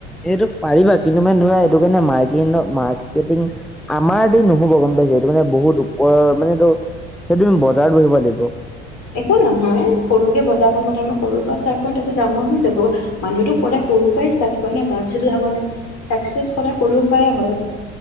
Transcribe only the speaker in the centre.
এইটো পাৰিবা কিলোমান ধৰা সেইটো কাৰণে মাৰ্কেট মাৰ্কেটিং আমাৰ দি নহ'ব গ'ম পাইছে, এইটো মানে বহুত ওপ মানে এইটো সেই তুমি বজাৰত বহিব লাগিব।